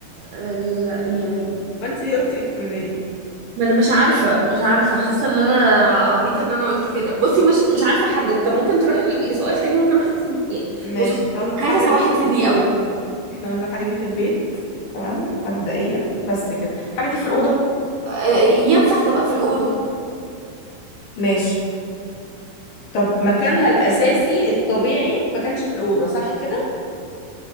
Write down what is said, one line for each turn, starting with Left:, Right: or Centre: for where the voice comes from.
Right: آه لا يعني
Left: فانت ليه قلتي إلكترونية
Right: ما انا مش عارفه مش عارفه حاسه ان انا عبيطه ان انا قلت كده بصي مش مش عارفه احدد طب ممكن تروحي ل- لسؤال تاني ممكن حد
Left: ماشي
Right: مش
Left: احنا قلنا الحاجة
Right: خايفه اسوحك
Left: دي
Right: في دي قوي
Left: احنا قلنا الحاجة دي في البيت تمام مبدئيا بس كده الحاجة دي في الأوضة
Right: آه، ينفع تبقى في الاوضه
Left: ماشي طب مكانها الأساسي الطبيعي ما كانش في الأوضة صح كده